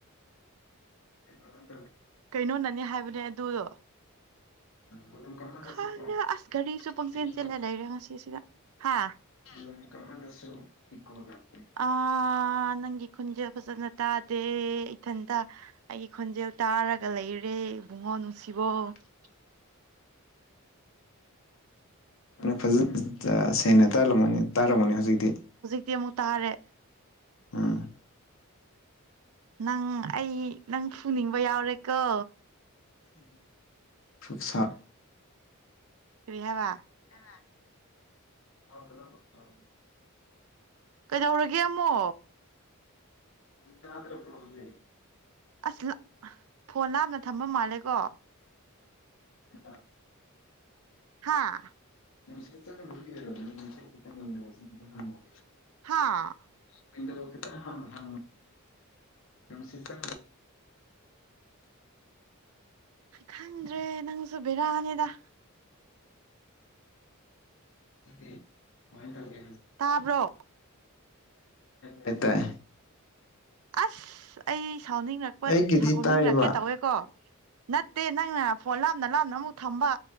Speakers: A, on the left; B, on the right.
A: ꯍ
B: ꯀꯩꯅꯣꯅꯅꯤ ꯍꯥꯏꯕꯅꯦ ꯑꯗꯨꯗꯣ
A: ꯕꯣꯂꯨꯝ ꯀꯝꯃꯜꯂꯁꯨꯀꯣ
B: ꯈ ꯑꯁ ꯒꯥꯔꯤꯁꯨ ꯄꯪꯆꯦꯟ
A: ꯀꯩꯅꯣ
B: ꯆꯦꯜꯂ ꯂꯩꯔꯦ ꯉꯁꯤꯁꯤꯗ ꯍꯥ
A: ꯑꯗꯨꯝ ꯀꯔꯃ ꯀꯁꯨ ꯄ
B: ꯑꯥ ꯅꯪꯒꯤ ꯈꯣꯟꯖꯦꯜ ꯐꯖꯅ ꯇꯥꯗꯦ ꯏꯊꯟꯇ ꯑꯩꯒꯤ ꯈꯣꯟꯖꯦꯜ ꯇꯥꯔꯒ ꯂꯩꯔꯦ ꯏꯕꯨꯡꯉꯣ ꯅꯨꯡꯁꯤꯕ <unintelligible>
A: <unintelligible> ꯐꯖ ꯁꯦꯅ ꯇꯂ ꯃꯅꯤ ꯇꯥꯏꯔꯝꯒꯅꯦ ꯍꯧꯖꯤꯛꯇꯤ
B: ꯛꯇꯤ ꯑꯃꯨꯛ ꯇꯥꯔꯦ
A: ꯎꯝ
B: ꯅꯪ ꯑꯩ ꯅꯪ ꯐꯨꯅꯤꯡꯕ ꯌꯥꯎꯔꯦꯀꯣ
A: ꯁ ꯁꯥꯎ
B: ꯀ꯭ꯔꯤꯍꯕ
A: ꯑ
B: ꯀꯩꯗꯧꯔꯒꯦ ꯑꯃꯃꯣ
A: ꯗ꯭ꯔ ꯄꯁꯦ
B: ꯑꯁ ꯐꯣꯟ ꯂꯥꯞꯅ ꯊꯝꯕ ꯃꯥꯜꯂꯦꯀꯣ
A: ꯑ
B: ꯍꯥꯥ
A: <unintelligible>
B: ꯍꯥꯥ
A: ꯃ ꯈꯦꯇ ꯍꯥꯡ ꯊ ꯍꯝꯁꯤ ꯀ
B: ꯈꯪꯗ꯭ꯔꯦ ꯅꯪꯁꯨ ꯕꯤꯔꯥꯅꯤꯗ
A: ꯑꯗꯨꯗꯤ ꯀꯃꯥꯏꯅ ꯇꯧꯒꯦ
B: ꯇꯥꯕ꯭ꯔꯣ
A: ꯍ ꯇꯥꯏ
B: ꯑꯁ ꯑꯩ ꯁꯥꯎꯅꯤꯡꯔꯛꯄ
A: ꯑꯩꯒꯤꯗꯤ
B: ꯁꯥꯎꯅꯤꯡꯉꯛꯀꯦ
A: ꯇꯥꯏꯌꯦꯕ
B: ꯇꯧꯋꯦꯀꯣ ꯅꯠꯇꯦ ꯅꯪꯅ ꯐꯣꯟ ꯂꯥꯞꯅ ꯂꯥꯞꯅ ꯑꯃꯨꯛ ꯊꯝꯕ